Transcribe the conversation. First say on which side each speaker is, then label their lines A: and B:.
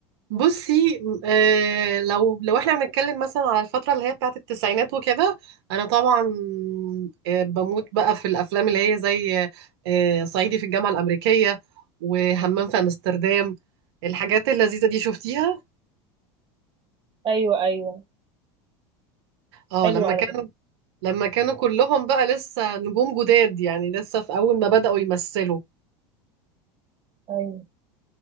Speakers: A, on the right (about 75°); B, on the right (about 40°).
A: بصي آه لو لو احنا بنتكلم مثلا على الفترة اللي هي بتاعت التسعينات وكده انا طبعا آه بموت بقى في الافلام اللي هي زي آه صعيدي في الجامعة الأمريكية وهمام في امستردام الحاجات اللذيذة دي شفتيها
B: أيوه أيوه
A: اه
B: حلو
A: لما
B: على
A: كانوا
B: فكرة
A: لما كانوا كلهم بقى لسه نجوم جداد يعني لسه في اول ما بدأوا يمثلوا
B: أيوه